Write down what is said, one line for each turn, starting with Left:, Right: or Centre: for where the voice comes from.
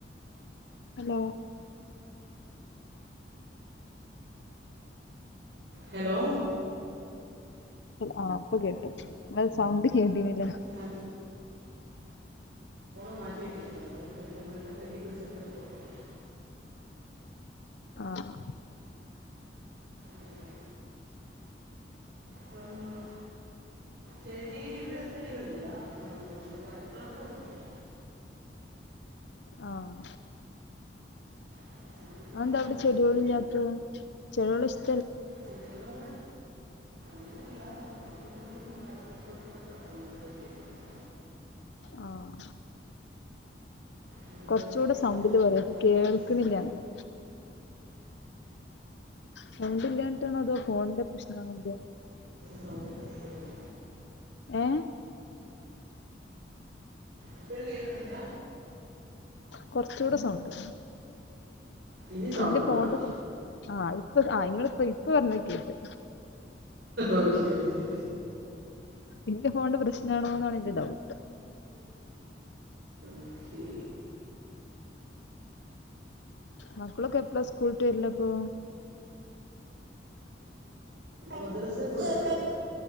Left: ഹലോ
Right: ഹലോ
Left: ആഹ് ഇപ്പൊ കേട്ടു അത് സൗണ്ട് കേട്ടീ ന്നില
Right: ആ മാറ്റിയിട്ട് <unintelligible> ഫോണെട്ത്ത് കയ്യ് പിടിച്ചപ്പൊക്കോക്കേയി
Left: ആഹ്
Right: ഓക്കെ പറഞ്ഞോളൂ ചെടി ഇവിടെ ചെടികളില്ല ആ ഇവിടെ അടുക്കള ഭാഗത്തുണ്ട്
Left: ആഹ്
Right: <unintelligible>
Left: അതെന്താ
Right: അങ്ങനെയില്ല
Left: അവിടെ ചെട്യോള് ഇല്യാത്ത് ചെലോലെഷ്
Right: ചെടിയോളത് അങ്ങനെയല്ല എനിക്ക് കൂടുതലും നമ്മള് അടുക്കളത്തോട്ടത്തിലോട്ടാ കോൺസണ്ട്രേറ്റ് ചെയ്യുന്നെ
Left: ആഹ്
Right: നമ്മുടെ
Left: കുറച്ചൂടെ
Right: വീട്ടാവശ്യങ്ങൾക്കുള്ള
Left: സൗണ്ടില് പറയോ ഇത് കേൾക്കണില്ലങ്ങനെ
Right: പച്ചക്കറി
Left: സൗണ്ട് ഇല്ലാഞ്ഞിട്ടാണോ അതോ ഫോണിന്റെ പ്രശ്നമാണോ എന്തേ
Right: സൗണ്ടൊക്കെ കേക്ക്ന്ന്ണ്ട്
Left: ഏഹ്
Right: ഇപ്പഴും കേക്കുന്നില്ല
Left: കൊറച്ചൂടെ സൗണ്ട്
Right: ഇനി
Left: പിന്നെ
Right: സൗണ്ട് കൂട്ടണം
Left: ഫോണിന്റെ പ്ര ആ ഇപ്പ ആ ഇങ്ങള് ഇപ്പൊ പറഞ്ഞത് കേട്ട്
Right: ഓക്കെ ഓക്കെ
Left: ഇന്റെ ഫോണിന്റെ പ്രശ്നാണോ എന്നാണ് ഇന്റെ ഡൗട്ട്
Right: ഓക്കേ
Left: മക്കളൊക്കെ എപ്പളാ സ്കൂള് വിട്ട് വരലപ്പോ
Right: മദ്രസേ പോയത